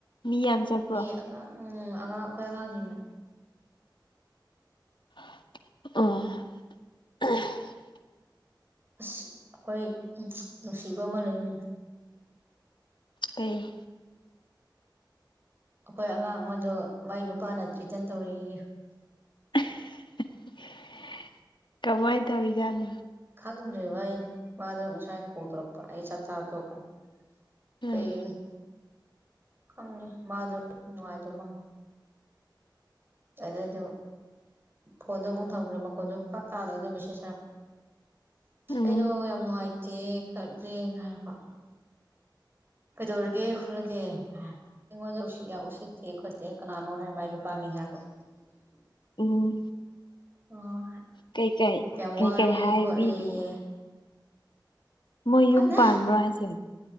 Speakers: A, on the left; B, on the right.
A: ꯃꯤ ꯌꯥꯝ ꯆꯠꯄ꯭ꯔꯣ
B: ꯃꯤ ꯑꯉꯥꯡ ꯎꯝ ꯑꯉꯥꯡ ꯑꯩꯈꯣꯏ ꯑꯉꯥꯡꯁꯤꯡꯅ
A: ꯑꯣ <unintelligible>
B: ꯑꯁ ꯑꯩꯈꯣꯏ ꯅꯨꯡꯁꯤꯕ ꯑꯃ ꯂꯩꯅꯤ
A: ꯀꯩ
B: ꯑꯩꯈꯣꯏ ꯑꯉꯥꯡ ꯑꯃꯗꯣ ꯃꯥꯏ ꯅꯨꯄꯥꯅ ꯇ꯭ꯔꯤꯇꯟ ꯇꯧꯔꯤꯛꯏꯌꯦ
A: <unintelligible> ꯀꯃꯥꯏ ꯇꯧꯔꯤꯖꯥꯠꯅꯣ
B: ꯈꯪꯗ꯭ꯔꯦꯕ ꯑꯩꯗ ꯋꯥꯗꯣ ꯉꯁꯥꯏ ꯀꯣꯊꯣꯔꯛꯄ ꯑꯩ ꯆꯥꯛꯇꯥꯥꯛ ꯇꯣꯛꯅꯤ ꯀꯩ
A: ꯎꯝ
B: ꯈꯪꯉꯦ ꯃꯥꯗꯣ ꯅꯨꯡꯉꯥꯏꯗꯧ ꯃꯥꯜꯂꯦ ꯑꯗꯨꯗꯣ ꯐꯣꯟꯗꯣ ꯑꯃꯨꯛ ꯊꯝꯈ꯭ꯔꯦ ꯃꯈꯣꯟꯗꯨ ꯄꯥꯛꯇꯥꯥꯗꯅ ꯑꯗꯨꯝ ꯃꯦꯁꯦꯖ ꯍꯥꯏꯔꯛꯄ
A: ꯎꯝ
B: ꯑꯩꯗꯣ ꯌꯥꯝ ꯅꯨꯡꯉꯥꯏꯇꯦ ꯈꯔꯂꯦ ꯍꯥꯏꯔꯛꯄ ꯀꯩꯗꯧꯔꯒꯦ ꯈꯣꯠꯂꯒꯦ ꯑꯩꯉꯣꯟꯗ ꯎ ꯌꯥꯝ ꯎꯁꯤꯠꯇꯦ ꯈꯣꯠꯇꯦ ꯀꯅꯥꯅꯣ ꯍꯥꯏꯔ ꯃꯥꯏ ꯅꯨꯄꯥ ꯃꯤꯡ ꯍꯥꯏꯔꯣꯠ
A: ꯎꯝ
B: ꯑꯣ
A: ꯀꯩꯀꯩ
B: ꯌꯥꯝ
A: ꯀꯩꯀꯩ
B: ꯋꯥꯔꯦ
A: ꯍꯥꯏꯕꯤꯔꯤꯒꯦ
B: ꯈꯣꯠꯂꯦꯌꯦ
A: ꯃꯣꯏ
B: ꯈꯪꯗꯦ
A: ꯌꯨꯝ ꯄꯥꯟꯕ꯭ꯔꯣ ꯍꯥꯏꯁꯦ